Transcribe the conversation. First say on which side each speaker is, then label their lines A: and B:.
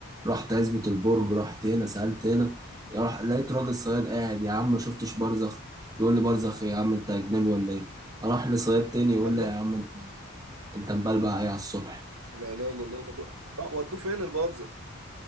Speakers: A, on the right; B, on the right.
A: رحت عزبة البرج رحت هنا سالت هنا يا رح... لقيت راجل صياد قاعد يا عم ما شفتش برزخ يقول لي برزخ إيه يا عم انت اجنبي ولا ايه اروح لصياد تاني يقول
B: قال
A: لي
B: لا
A: يا عم انت انت مبلبع ايه على الصبح
B: لا لا لا الله طب لا، ودوه فين البرزخ